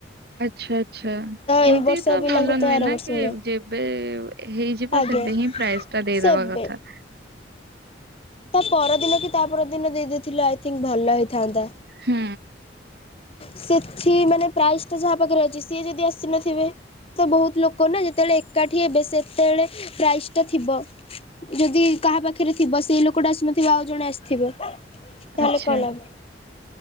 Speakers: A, on the right; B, on the left.
A: ଆଚ୍ଛା, ଆଚ୍ଛା।
B: ଏଇ
A: ଏମିତି
B: ବର୍ଷ
A: ତ
B: ପିଲାଙ୍କୁ
A: ଭଲ ନୁହେଁ
B: ଆର
A: ନା
B: ବର୍ଷ
A: କି
B: ମିଳେ
A: ଯେବେ ହେଇଯିବ
B: ଆଜ୍ଞା
A: ସେବେ ହିଁ ପ୍ରାଇଜ୍ ଟା ଦେଇଦବା
B: ସେବେ
A: କଥା।
B: ତା ପରଦିନ କି ତା ପରଦିନ ଦେଇଦେଇଥିଲ ଆଇଥିଙ୍ଗ୍ ଭଲ ହେଇଥାନ୍ତା।
A: ହଁ।
B: ସେଠି ମାନେ ପ୍ରାଇଜ୍ ଟା ଯାହା ପାଖରେ ଅଛି ସିଏ ଯଦି ଆସିନଥିବେ। ତ ବହୁତ ଲୋକ ନା ଯେତେବେଳେ ଏକାଠି ହେବେ ସେତେବେଳେ ପ୍ରାଇଜ୍ ତ ଥିବ ଯଦି କାହା ପାଖରେ ଥିବ ସେଇ ଲୋକଟା ଆସିନଥିବ ଆଉ ଜଣେ ଆସ ଥିବ, ତାହେଲେ
A: ଆଚ୍ଛା
B: କଣ ଲାଭ?